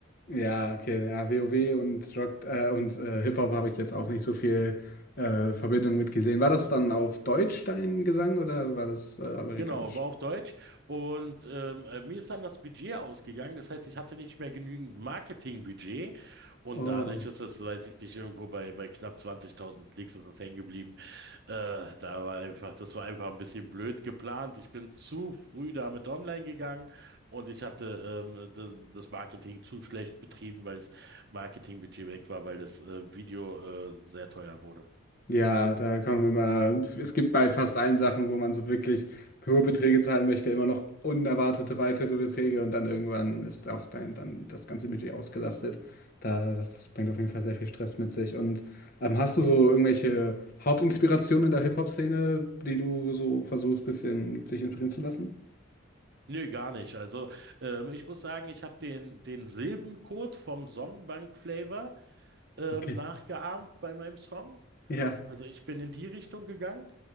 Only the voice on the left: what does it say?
Ja, okay, ja, WoW und Rock äh, und äh, Hip-Hop habe ich jetzt auch nicht so viel äh, Verbindung mit gesehen. War das dann auf Deutsch dein Gesang oder war das äh, amerikanisch?
Oh.
Ja, da kommen immer, es gibt bei fast allen Sachen, wo man so wirklich hohe Beträge zahlen möchte, immer noch unerwartete weitere Beträge und dann irgendwann ist auch dein, dann das ganze Budget ausgelastet. Da, das bringt auf jeden Fall sehr viel Stress mit sich. Und ähm, hast du so irgendwelche Hauptinspirationen in der Hip-Hop-Szene, die du so versuchst, bisschen dich inspirieren zu lassen?
Okay.
Ja.